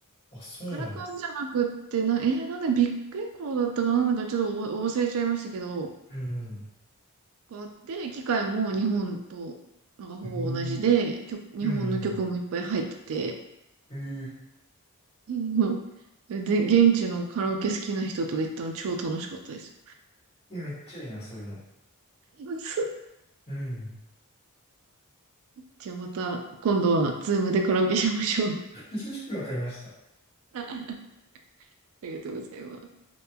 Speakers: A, on the left (about 25°); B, on the right (about 65°).
A: あ、そうなんや。
B: カラカンじゃなくって、な、えーなんでビッグエコーだったかな、なんかちょっとお忘れちゃいましたけど、
A: うんうん。
B: があって、機械も日本と、なんかほぼ同じで、
A: えー、
B: 曲、日本の曲もいっぱい入ってて、
A: うんうん。えー、
B: <laughs> うんで、現地のカラオケ好きな人と行ったの超楽しかったです。
A: えめっちゃいいな、そういうの。
B: <laughs>
A: うん。
B: じゃあまた、今度は、ズームでカラオケしましょう。
A: <laughs> わかりました。
B: <laughs> あありがとうございます。